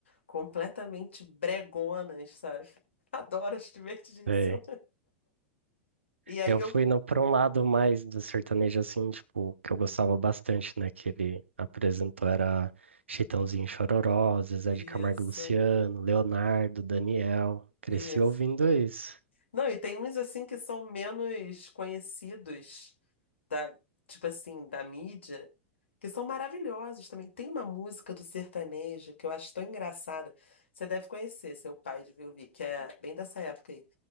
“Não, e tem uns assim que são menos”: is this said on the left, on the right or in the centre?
Left